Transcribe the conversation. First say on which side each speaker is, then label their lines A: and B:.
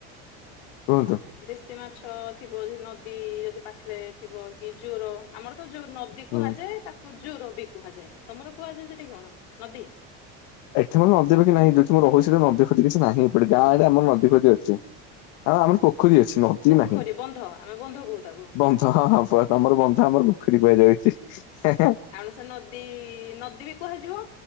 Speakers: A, on the left (about 65°); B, on the left (about 85°).
A: କୁହନ୍ତୁ।
B: ଦେଶୀ ମାଛ ଥିବ ଯଦି ନଦୀ ଯଦି ପାଖରେ ଥିବ କି ଜୋର ଆମର ତ ଜୋର ନଦୀ କୁହାଯାଏ
A: ହୁଁ।
B: ତାକୁ ଜୁର ବି କୁହାଯାଏ। ତମର କୁହାଯାଏ ସେଠି କଣ ନଦୀ?
A: ଏଠି ମୋର ନଦୀଫଦି ନାହିଁ ଯୋଉଠୀ ମୁଁ ରହୁଛି ସେଠି ନଦୀଫଦି କିଛି ନାହିଁ ଏପଟେ ଗାଁରେ ଆମର ନଦୀଫଦି ଅଛି। ହଁ ଆମର ପୋଖରୀ ଅଛି ନଦୀ
B: ପୋଖରୀ
A: ନାହିଁ
B: ବନ୍ଧ ଆମେ ବନ୍ଧ କହୁ ତାକୁ
A: ବମ ହଁ ହଁ ହବ ତମର ବନ୍ଧ ଆମର ପୋଖରୀ କୁହାଯାଉଛି ଯେ ହେ ହେ।
B: ଆଣୁ ସେ ନଦୀ ନଦୀ ବି କୁହାଯିବ